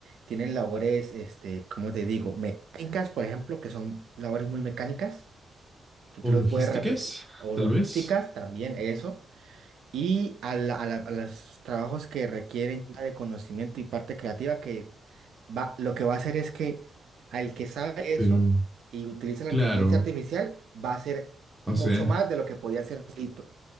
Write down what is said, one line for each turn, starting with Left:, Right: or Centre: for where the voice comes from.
Right: tienen labores, este, ¿cómo te digo? Mecánicas, por ejemplo, que son labores muy mecánicas, que
Centre: O
Right: tú los
Centre: logísticas,
Right: puedes repetir. O
Centre: tal
Right: logísticas,
Centre: vez,
Right: también eso y a, la- a la- a los trabajos que requieren ya de conocimiento y parte creativa, que va, lo que va a hacer es que al que sabe eso
Centre: pero
Right: y utiliza la
Centre: claro.
Right: inteligencia artificial, va a hacer
Centre: O
Right: mucho
Centre: sea,
Right: más de lo que podía hacer solito.